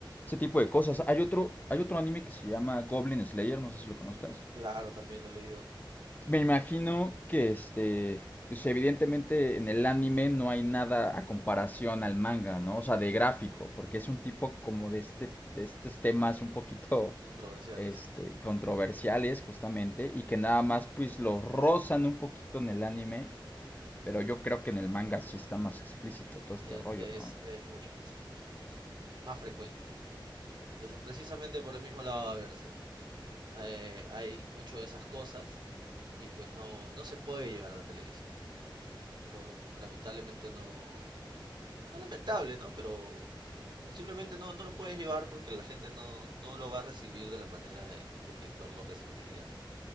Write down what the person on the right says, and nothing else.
Claro, también lo he leído,
controversiales.
Eh,
es,
es mucho más explícito, sí, Y más frecuente también. Entonces, precisamente por el mismo lado va Berserk, ¿no? Eh, hay mucho de esas cosas y pues no, no se puede llevar a la televisión. Por, lamentablemente no, no lamentable, ¿no? Pero simplemente no, no lo puedes llevar porque la gente no, no lo va a recibir de la manera en que un lector lo recibiría, ¿no?